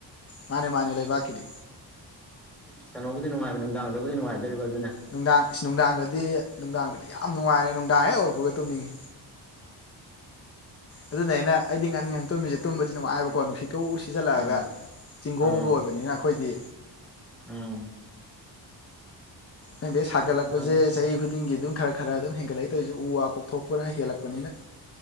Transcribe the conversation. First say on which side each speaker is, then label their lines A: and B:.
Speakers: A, on the left; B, in the centre.
A: ꯃꯥꯅꯦ ꯃꯥꯅꯦ ꯂꯩꯕꯥꯛꯀꯤꯗꯤ
B: ꯆꯅꯧꯕꯕꯨꯗꯤ ꯅꯨꯡꯉꯕ ꯅꯨꯡꯗꯥꯡꯗꯕꯨꯗꯤ ꯅꯨꯡꯉꯥꯏꯗꯣꯔꯤꯕ ꯑꯗꯨꯅ
A: ꯅꯨꯡꯗꯥꯡ ꯏꯁ ꯅꯨꯡꯗꯥꯡꯗꯗꯤ ꯅꯨꯡꯗꯥꯡꯗꯗꯤ ꯌꯥ ꯌꯥꯝ ꯅꯨꯡꯉꯥꯏꯔꯦ ꯅꯨꯡꯗꯥꯡ ꯍꯦꯛ ꯑꯣꯏꯔꯛꯄꯒ ꯇꯨꯝꯅꯤꯡꯉꯤ ꯑꯗꯨꯅꯦ ꯑꯩꯅ ꯑꯩꯗꯤ ꯉꯥꯟ ꯉꯥꯟ ꯇꯨꯝꯃꯤꯁꯦ ꯇꯨꯝꯕꯗꯤ ꯅꯨꯡꯉꯥꯏꯕꯀꯣ ꯅꯨꯡꯁꯤꯠ ꯀ ꯎ ꯁꯤꯖꯜꯂꯛꯑꯒ
B: ꯑꯥ
A: ꯆꯤꯡꯒꯣꯡꯒ
B: ꯑꯥ
A: ꯑꯣꯏꯕꯅꯤꯅ ꯑꯩꯈꯣꯏꯗꯤ
B: ꯎꯝ
A: ꯈꯗꯩ ꯁꯥꯒꯠꯂꯛꯄꯁꯦ
B: ꯃꯥꯅꯤ
A: ꯆꯍꯤ ꯈꯨꯗꯤꯡꯒꯤ ꯑꯗꯨꯝ ꯈꯔ ꯈꯔ ꯑꯗꯨꯝ ꯍꯦꯟꯒꯠꯂꯛꯏ ꯇꯧꯔꯤꯁꯦ ꯎ ꯋꯥ ꯀꯣꯛꯊꯣꯛꯄꯅ ꯍꯦꯜꯂꯛꯄꯅꯤꯅ